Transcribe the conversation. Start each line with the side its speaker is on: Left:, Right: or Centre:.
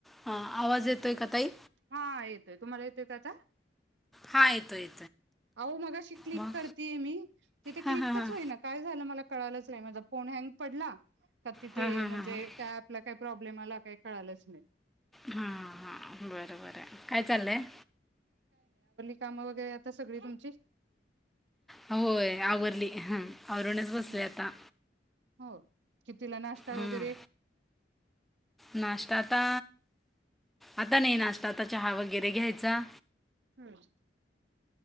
Centre: हा आवाज येतोय का तई
Right: हा येतोय तुम्हाला येतोय त्याचा
Centre: हा येतो येतोय
Right: अहो मगाशी क्लिक
Centre: मग
Right: करतेय मी तिथे
Centre: हां
Right: क्लिकच
Centre: हां हां
Right: होई ना काय झालं मला कळालंच नाही माझ फोन हँग पडला का तिथे
Centre: हां हां
Right: म्हणजे
Centre: हां
Right: त्या ॲपला काही प्रॉब्लेम आला काही कळालंच नाही
Centre: हा हा बर बर हाय काय चाललंय
Right: काम वगैरे ते सगळी तुमची
Centre: होय आवरली हमं आवरूनच बसले
Right: हो
Centre: आता <inaudible> हा
Right: हो कितीला नाश्ता
Centre: हम्म
Right: वगैरे
Centre: नाश्ता आता आता नाही नाश्ता चहा वगैरे घ्यायचा
Right: हम्म <inaudible>